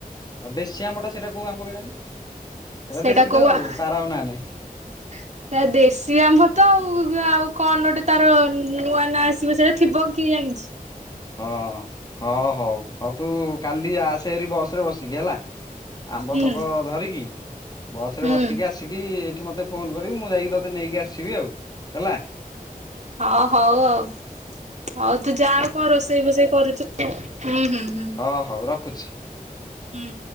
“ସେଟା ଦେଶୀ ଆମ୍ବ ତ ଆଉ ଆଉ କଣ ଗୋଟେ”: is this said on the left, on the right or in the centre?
Right